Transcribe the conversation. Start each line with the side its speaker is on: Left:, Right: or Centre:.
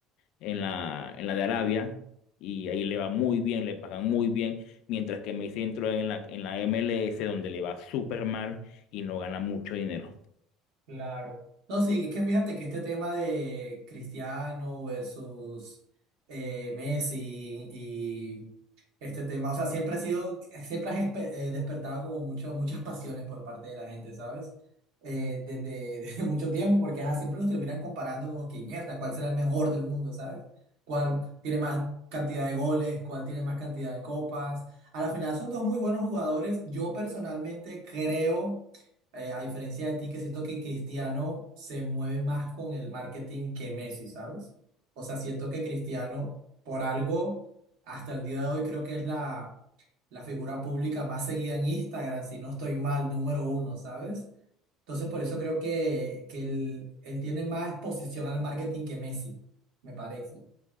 Left: en la, en la de Arabia, y ahí le va muy bien, le pagan muy bien, mientras que Messi entró en la, en la MLS, donde le va súper mal y no gana mucho dinero.
Right: Claro. No, sí, es que fíjate que este tema de Cristiano versus eh, Messi y este tema, o sea, siempre ha sido, siempre has espe- eh, despertado como mucho, muchas pasiones por parte de la gente, ¿sabes? Eh, desde, <laughs> desde mucho tiempo, porque ajá, siempre los terminan comparando como que mierda, ¿cuál será el mejor del mundo, ¿sabes? ¿Cuál tiene más cantidad de goles? ¿Cuál tiene más cantidad de copas? A la final son dos muy buenos jugadores. Yo personalmente creo eh, a diferencia de ti, que siento que Cristiano se mueve más con el marketing que Messi, ¿sabes? O sea, siento que Cristiano, por algo, hasta el día de hoy creo que es la, la figura pública más seguida en Instagram, si no estoy mal, número uno, ¿sabes? Entonces, por eso creo que, que él, él tiene más exposición al marketing que Messi, me parece.